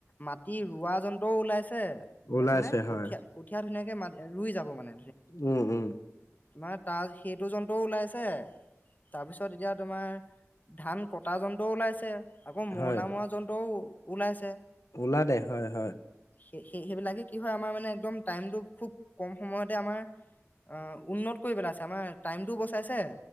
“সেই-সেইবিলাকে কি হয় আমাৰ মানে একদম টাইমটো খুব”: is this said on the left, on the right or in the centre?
Left